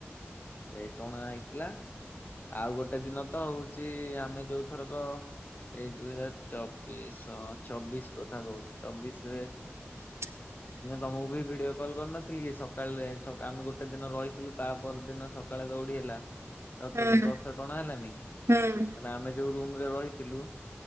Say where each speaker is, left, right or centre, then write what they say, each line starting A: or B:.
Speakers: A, on the left; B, on the right.
A: ଏଇ ଟଣା ହେଇଥିଲା ଆଉ ଗୋଟେ ଦିନତ ହଉଛି ଆମେ ଯୋଉ ଥରକ ଏଇ ଦୁଇ ହଜାର ଚବିଶ ଚବିଶି କଥା କହୁଛି ଚବିଶିରେ
B: <unintelligible>
A: ନାଁ ତମକୁବି ଭିଡିଓ କଲ କରିନଥିଲିକି ସକାଳେରେ ଆମେ ଗୋଟେ ଦିନ ରହିଥିଲୁ ତାପରଦିନ। ସକାଳେ ଦୌଡି ହେଲା ରଥ
B: ହୁଁ
A: ରଥଟଣା ହେଲାନିକି।
B: ହୁଁ
A: ନାଁ ଆମେ ଯୋଉ ରୁମରେ ରହିଥିଲୁ।